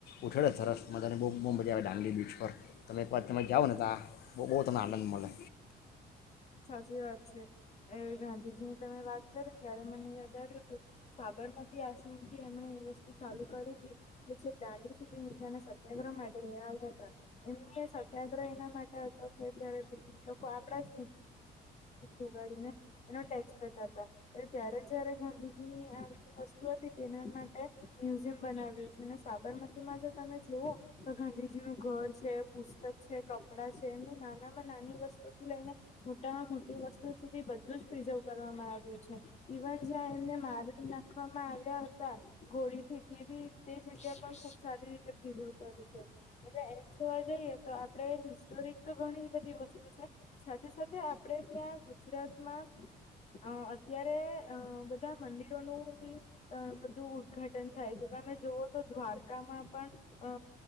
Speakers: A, on the left (about 70°); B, on the left (about 40°).
A: ઉછડ થરારસ ત બહુ મ મજા આવે ડાંગી બીચ પર. તમે એક વાર તમે જાઓ ને ત બહુ બહુ તમને આનંદ મલે.
B: સાચી વાત છે ગાંધીજીની તમે વાત કરી ત્યારે મને યાદ આવ્યું હતું સાબરમતી આશ્રમથી એમણે એ વસ્તુ ચાલુ કરી હતી કે જે દાંડી સુધી મીડિયાના સત્યાગ્રહ માટે આવ્યા હતા એમની એ સત્યાગ્રહ એના માટે હતો કે જયારે બ્રિટિશ લોકો આપડા જ ઉગાડીને એનો ટેક્સ કરતા હતા એટ ત્યારે જયારે ગાંધીજી ની આ બધી વસ્તુ હતી તેના માટે મ્યુઝિયમ બનાવ્યું છે અને સાબરમતીમાં જો તમે જુવ તો ગાંધીજી નું ઘર છે પુસ્તક છે કપડાં છે એમની નાનામાં નાની વસ્તુથી લઈને મોટામાં મોટી વસ્તુ સુધી બધું જ પ્રિઝર્વ કરવામાં આવ્યું છે ઇવન જ્યાં એમને મારી નાખવામાં આવ્યા હતા ઘોડીથી તે બી તે જગ્યા પણ ખૂબ સારી રીતે પ્રિઝર્વ કરી છે એટલે એમ જોવા જઈએ તો આપણે હિસ્ટોરિક તો ઘણી બધી વસ્તુ છે સાથે સાથે આપણે ત્યાં ગુજરાતમાં અ અત્યારે અ બધા મંદિરોનું બી અ બધું ઉદ્ઘાટન થાય છે તમે જોુવઓ તો દ્વારકામાં પણ અ